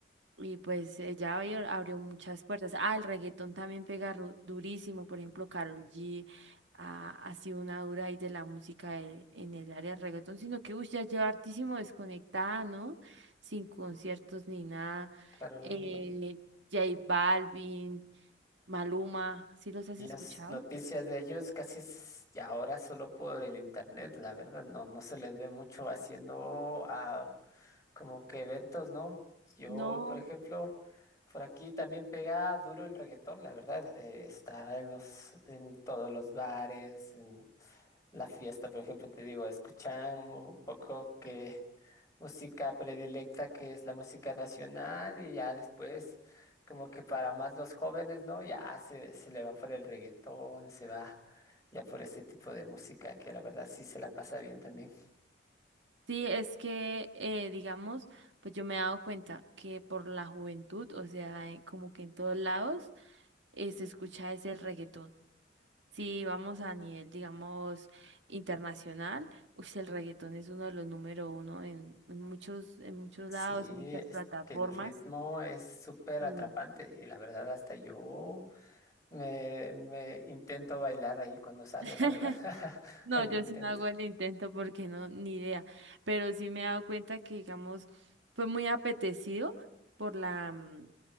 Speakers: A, on the right; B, on the left.
A: Y pues ella abrió, abrió muchas puertas. Ah, el reggaetón también pega ru- durísimo. Por ejemplo, Karol G ha, ha sido una dura ahí de la música de- en el área del reggaetón, sino que uy, ya lleva hartísimo desconectada, ¿no? Sin conciertos ni nada.
B: Claro,
A: Eh,
B: no,
A: J Balvin, Maluma, ¿sí los has
B: Ellos-
A: escuchado?
B: noticias de ellos casi s- ya ahora solo por el internet, la verdad, no, no se les ve mucho haciendo ah, como que eventos, ¿no? Yo,
A: No.
B: por ejemplo, por aquí también pega duro el reggaetón, la verdad, eh, está en los, en todos los bares, en la fiesta, por ejemplo, te digo, escuchan un poco que música predilecta que es la música nacional y ya después como que para más los jóvenes, ¿no? Ya se, se le va por el reggaetón, se va ya por este tipo de música que la verdad sí se la pasa bien también.
A: Sí, es que, eh, digamos, pues yo me he dado cuenta que por la juventud, o sea, eh, como que en todos lados eh, se escucha ese reggaetón. Si vamos a nivel, digamos, internacional, uy, el reggaetón es uno de los número uno en, en muchos, en muchos
B: Sí,
A: lados, en muchas
B: es
A: plataformas.
B: que el ritmo es súper atrapante
A: Mm.
B: y la verdad hasta yo me, me intento bailar ahí cuando salgo,
A: <laughs>
B: la verdad, <laughs>
A: No,
B: el
A: yo
B: intento.
A: sí no hago el intento porque no, ni idea. Pero sí me he dado cuenta que, digamos, fue muy apetecido por la, mm,